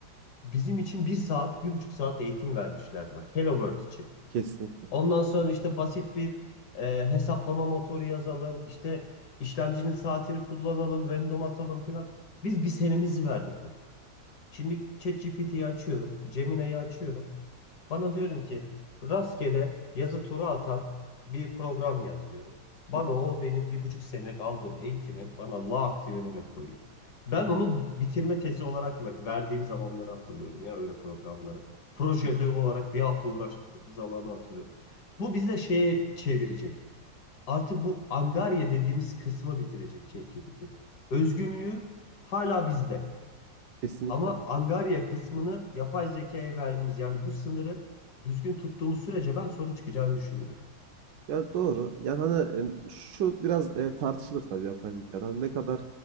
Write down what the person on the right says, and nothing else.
kesinlikle.
<laughs>
Kes-
Kesinlikle.
Ya doğru. Yani hani e, şu biraz e, tartışılır tabii yapay zekada. Hani ne kadar